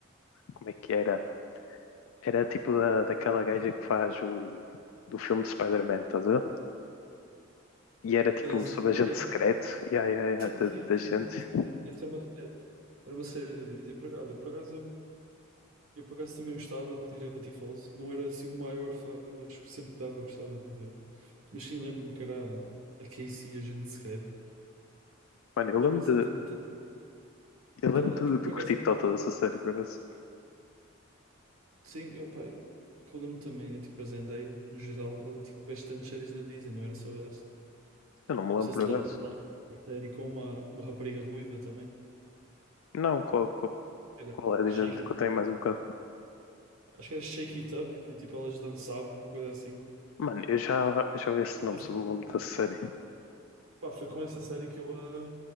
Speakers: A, on the left; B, on the right.
A: Como é que era? Era tipo da, daquela gaja que faz o. Do filme de Spider-Man, estás a ver? E era tipo
B: A Zendaya?
A: sobre agente secreto. E ai, ai, ai,
B: Sim,
A: da,
B: sim, sim,
A: da gente.
B: sim. sim. Essa é uma série. Era uma série de dizer. Por, acaso- olha, por acaso eu, eu por acaso também gostava de Gravity Falls. Não era assim o maior fã, mas sempre que dava gostava de ver. Mas sim, lembro-me que era a Casey, a gente secreta.
A: Mano, eu
B: Eu lembro
A: lembro
B: exatamente
A: de. Eu
B: aquela.
A: lembro de,
B: Por
A: de
B: por
A: curtir
B: acaso.
A: toda dessa série, por acaso.
B: Sim, eu, pá, eu, o que eu lembro também é tipo a Zendaya, no geral, ela tinha bastante séries na Disney, não era só essa.
A: Eu não me lembro,
B: Não sei
A: por
B: se te
A: acaso.
B: lembra. dela, uma Série com uma, uma rapariga ruiva também.
A: Não, qual, qual,
B: Era
A: qual é? Dizendo
B: Shake
A: que
B: It-
A: eu tenho mais um bocado.
B: acho que era Shake It Up e tipo elas dançavam, uma coisa assim.
A: Mano, eu já, eu já ouvi esse nome,
B: E, assim,
A: só não me lembro da série.
B: pá, foi com essa série que eu a,